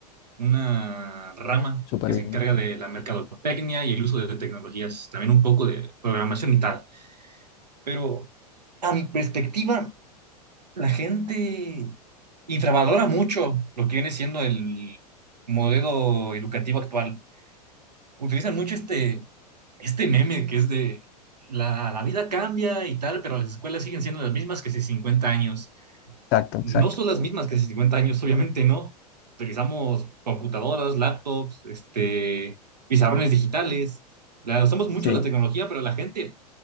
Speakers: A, on the right; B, on the left.
A: una rama
B: Bien. súper
A: que
B: bien.
A: se encarga de la mercadotecnia y el uso de tecnologías, también un poco de programación y tal. Pero a mi perspectiva, la gente infravalora mucho lo que viene siendo el modelo educativo actual. Utilizan mucho este este meme que es de la, la vida cambia y tal, pero las escuelas siguen siendo las mismas que hace cincuenta años.
B: Exacto, exacto.
A: No son las mismas que hace 50 años, obviamente no. Utilizamos computadoras, laptops, este, pizarrones digitales. La, usamos mucho
B: Sí,
A: la tecnología, pero la gente